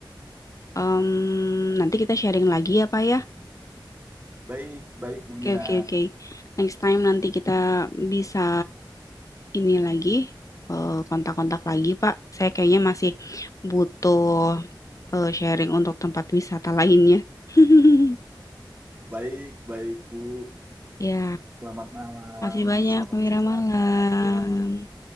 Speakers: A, on the left (about 40°); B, on the right (about 20°).
A: em, nanti kita sharing lagi ya Pak ya.
B: Baik, baik Bu Gina.
A: Oke oke oke. Next time nanti kita bisa ini lagi eh, kontak-kontak lagi Pak. Saya kayaknya masih butuh eh, sharing untuk tempat wisata lainnya. <laughs>
B: Baik, baik Bu.
A: Ya,
B: Selamat malam,
A: kasih banyak
B: selamat
A: Pak Wira
B: istirahat.
A: malam.
B: Ya.